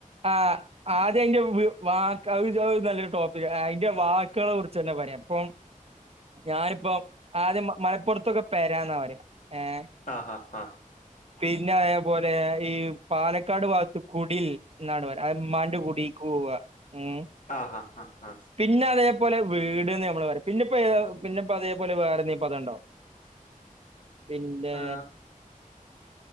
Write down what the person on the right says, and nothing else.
ആഹ് ആദ്യം അതിന്റെ വ നല്ലൊരു ടോപ്പി അതിന്റെ വാക്കുകളെ കുറിച്ച് തന്നെ പറയാം അപ്പം ഞാനിപ്പോ ആദ്യം മലപ്പുറത്തൊക്കെ പെരാന്നാ പറയാ ഏഹ്
പിന്നെ അതേപോലെ ഈ പാലക്കാട് ഭാഗത്ത് കുടിൽ എന്നാണ് പറയാ അത് ഉമ്മാന്റെ കുടിക്ക് പോവുക ഉം
പിന്നെ അതേപോലെ വീട്ന്ന് നമ്മള് പറയും പിന്നെ ഇപ്പോ ഏതാ പിന്നെ അതേ പോലെ വേറെന്തേലും പറായാണ്ടോ പിന്നെ.......